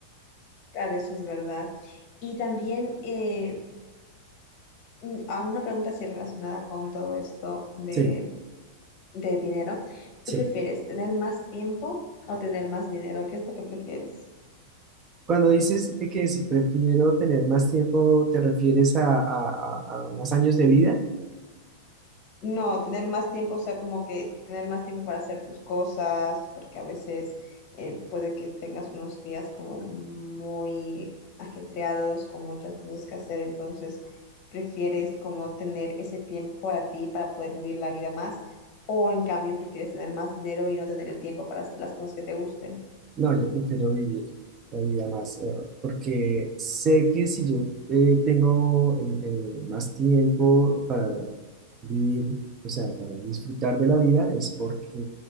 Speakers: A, on the left (about 35°); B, on the right (about 25°).
A: claro, eso es verdad. Y también eh, mm, a una pregunta así relacionada con todo esto de
B: Sí,
A: de dinero,
B: sí,
A: ¿tú prefieres tener más tiempo o tener más dinero? ¿Qué es lo que prefieres?
B: Cuando dices eh, que si prefiero tener más tiempo, ¿te refieres a, a- a- a más años de vida?
A: No, tener más tiempo, o sea, como que tener más tiempo para hacer tus cosas, porque a veces eh, puede que tengas unos días como muy ajetreados, con muchas cosas que hacer, entonces prefieres como tener ese tiempo para ti, para poder vivir la vida más, o en cambio prefieres tener más dinero y no tener el tiempo para hacer las cosas que te gusten.
B: No, yo prefiero vivir la vida más, eh, porque sé que si yo eh, tengo eh, eh, más tiempo para vivir, o sea, para disfrutar de la vida, es porque